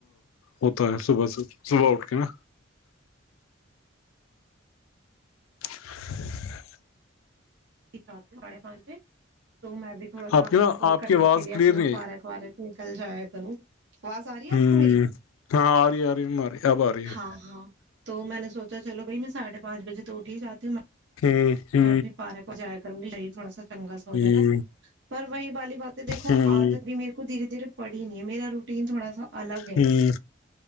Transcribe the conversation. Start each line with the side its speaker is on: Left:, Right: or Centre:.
Left: ہوتا ہے صبح سے صبح اٹھ کے نا <inaudible>
Right: رات کےساڑھے پانچ بجے تو میں بھی تھوڑا
Left: آپ
Right: سا
Left: کی نا
Right: واک واک
Left: آپ
Right: کرنے
Left: کی آواز
Right: کے لیے
Left: کلیئر
Right: اپنا
Left: نہیں
Right: پارک وارک نکل جاائے کروں آواز آ رہی ہے
Left: ہمم
Right: آپ کو میری
Left: ہاں آ رہی آ رہی آری اب آ رہی ہے
Right: ہاں ہاں تو میں نے سوچا چلو بھائی میں ساڑھے پانچ بجے تو اٹھ ہی جاتی ہوں
Left: ہ ہ
Right: میں بھی پارک ہو جایا کروں گی شریر تھوڑا سا چنگا سا ہو
Left: ہ
Right: جائے گا پر وہی والی باتیں دیکھو
Left: ہ
Right: آدت بھی میرے کو دھیرے دھیرے پڑی نہیں ہے میرا روٹین تھوڑا سا الگ ہے
Left: ہ ہ